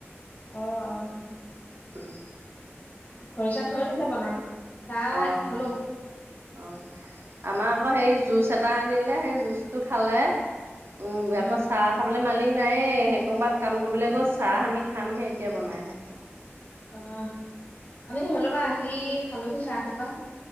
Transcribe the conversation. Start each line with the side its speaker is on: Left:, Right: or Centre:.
Left: অ', অ'।
Right: উম।
Left: খৰিচা থৈ দিছে বনাই, চাহ
Right: অ
Left: খালোঁ।
Right: অ', আমাৰ আকৌ সেই জুচ এটা আনিলে, সেই জুচটো খালে। উম,
Left: অ
Right: আকৌ চাহ খাবলৈ মালিক নায়য়েই সেই ক'ৰবাত কাম কৰিবলৈ গ'ল চাহ আমি খামহে এতিয়া বনাইঁ।
Left: অ', আমি সেইফালপা আহি খালোহি চাহ তুপা।